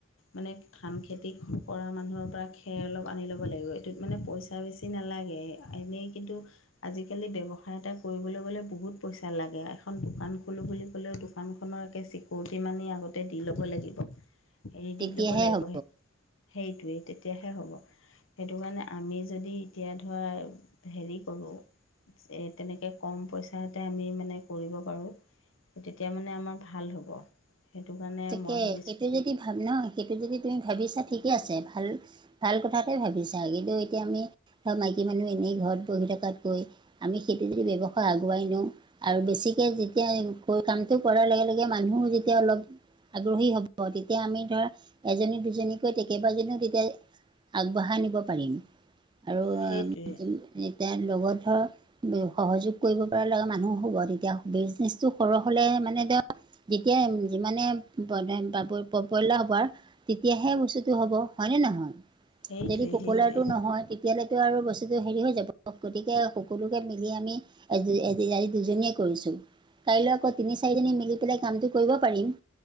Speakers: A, on the left; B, on the right.
A: মানে ধানখেতি কৰা মানুহৰ পৰা খেৰ অলপ আনি ল'ব লাগিব এইটোত মানে পইচা বেছি তে নালাগে এনেই কিন্তু আজিকালি ব্যৱসায় এটা কৰিবলৈ গলে বহুত পইচা লাগে এখন দোকান খোলো বুলি ক'লেও দোকান খনৰ একে চিকৰিটি মানি আগতে দি ল'ব লাগিব। হেৰি
B: তেতিয়াহে
A: দি ল'ব লাগিব
B: হ'ব
A: সেইটোৱেই তেতিয়াহে হ'ব। সেইটো কাৰণে আমি যদি এতিয়া ধৰা হেৰি কৰোঁ যে তেনেকে কম পইচাতে আমি মানে কৰিব পাৰোঁ তেতিয়া মানে আমাৰ ভাল হ'ব। সেইটো কাৰণে
B: তিকে
A: মই ভাবিছোঁ
B: সেইটো যদি ভাব নহ সেইটো যদি তুমি ভাবিছা ঠিকে আছে ভাল ভাল কথাকে ভাবিছা কিন্তু এতিয়া আমি ধৰ মাইকী মানুহ এনেই ঘৰত বহি থকাত কৈ আমি সেইটো যদি ব্যৱসায় আগুৱাই নিওঁ আৰু বেছিকে যেতিয়া কামটো কৰাৰ লগে লগে মানুহো যেতিয়া অলপ আগ্ৰহী হ'ব তেতিয়া আমি ধৰা এজনী, দুজনীকৈ তেকেইবাজনীও তেতিয়া আগবঢ়াই নিব পাৰিম আৰু
A: সেইটোৱে
B: এতিয়া লগত ধৰ সহযোগ কৰিব পৰা লগা মানুহ হ'ব এতিয়া বিজনেচটো সৰ হলে মানে <unintelligible> যেতিয়া যিমানে <unintelligible> তেতিয়াহে বস্তুটো হব হয়নে নহয়?
A: সেইটোৱে
B: যেদি পপুলাৰ
A: সেইটোৱে
B: টো নহয় <unintelligible> তেতিয়ালৈ আৰু বস্তুটো হেৰি হৈ যাব গতিকে সকলোকে মিলি আমি এজি -এজি- আজি দুজনীয়ে কৰিছো কাইলৈ আকৌ তিনি- চাৰিজনী মিলি পেলাই কামটো কৰিব পাৰিম।